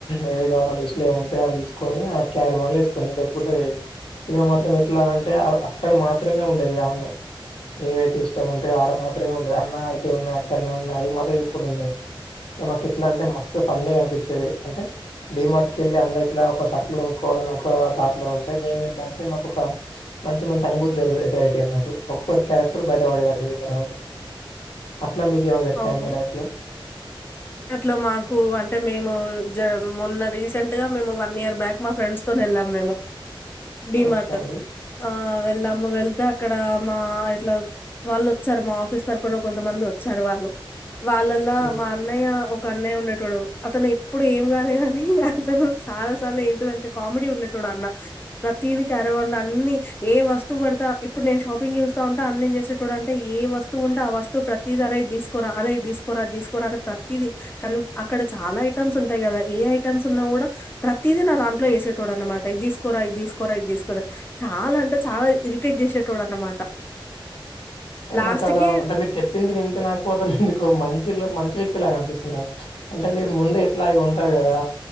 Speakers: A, on the left; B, on the left.
A: ఏవి కావాలో లిస్టు లేముంటాయో అవి తీసుకొని ఆ క్యారీ వన్లో ఏస్కోని దొబ్బుకుంటూ వేయిది ఇగ మాత్రం ఎట్లాంటే అక్కడ మాత్రమే ఉండేది ఆమె ఏవైతే ఇష్టం ఉంటయో ఆడ మాత్రమే ఉండే అన్న ఇటే ఉన్నయి అక్కడనే ఉన్నాయి అయి మాత్రం ఎక్కువనే ఉన్నయి ఇగా మాకేట్లంటే మస్తు ఫన్నీగ అనిపిచ్చేది అంటే డీ మార్ట్ కెళ్ళి అందరిట్ల ఒక సరుకులు కొనుక్కోవాలని ఒక థాట్ లో ఉంటే మేం ఏందంటే మాకు ఒక ప్చ్ మంచి మంచి అనుభూతి లేదు ఎద్దరు ఐ అన్నట్టు ఒక్కొక్క క్యారెక్టర్ బయటపడేడట్టు దిని తర్వాత అట్లా మీకేమైనా జరిగినాయా
B: అవును
A: మీ లైఫ్ లో
B: అట్ల మాకు అంటే మేము జ మొన్న రీసెంట్ గా మేము వన్ ఇయర్ బ్యాక్ మా ఫ్రెండ్స్ తో వెళ్ళాం మేము డి
A: ఓకే
B: మార్ట్
A: అండి
B: ఆహ్ వెళ్ళాము వెళ్తే ఆక్కడ మా ఇట్ల వాళ్ళువోచ్చారు మా ఆఫీస్ తరపునా కొంతమంది వచ్చారు వాళ్ళు వాళ్ళలా
A: ఉమ్
B: మా అన్నయ్య ఒక్క అన్నయ్య ఉండేటోడు అతను ఇప్పుడు ఏం గానెగనీ అతను చాలా సార్లు లేదు కామెడీ ఉండటోడు ఆ అన్న ప్రతిది క్యారివన్ లో అన్ని ఏం వస్తు వడ్తే ఇప్పుడు నేన్ షాపింగ్ చేస్తావుంటే ఆ అన్న ఏం చేసేటొడు అంటే ఏ వస్తువుంటే ఆ వస్తువు ప్రతి తిది ఆరే ఇద్ తీసుకోరా ఆరే అద్ తీసుకోరాది తీసుకోరా అని ప్రతతిది కాల్ అక్కడ చాలా ఐటమ్స్ ఉంటాయి కదా ఏ ఐటమ్స్ ఉన్నా కూడా ప్రతిదీ నా దాంట్లో వసేటోడు అనమాట ఇద్ తీసుకోరా ఇద్ తీసుకోరా ఇడ్ తీసుకోరా చ లా అంటే చాలా ఇరిటేట్ చేసేటోడు అన్నమాట
A: అంటే
B: లాస్ట్‌కి
A: నాక్కలా అంటే మీరు చెప్పింది విన్ అతే నాకు అతను ఎందుకు మంచలు మంచి వ్యక్తి లాగా కనిపిస్తున్నాడు అంటే మీరు ముందే ఎట్లాగో ఉంటారు కదా